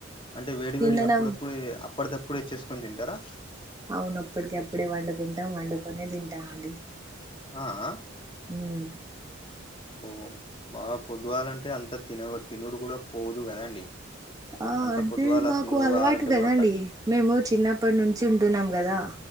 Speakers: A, on the left (about 25°); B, on the right (about 20°).
A: అంటే వేడి
B: తినడం
A: వేడి అప్పుడప్పుడే అప్పటి దప్పుడే చేసు వండుకొని తింటారా
B: అవునప్పటికప్పుడే వండుకుంటాం వండుకొనే తింటామండి
A: ఆ అ
B: హుమ్
A: ఓ బాగా పొద్దుగాల అంటే అంత తిన తినుడు కూడా పోదు కదండి
B: ఆ
A: అంత
B: అంటే
A: పొద్దుగాల
B: మాకు
A: తినుడు
B: అలవాటు
A: కావాలంటే
B: కదండి
A: కూడా కష్టం
B: మేము చిన్నప్పటి నుంచి ఉంటున్నాం కదా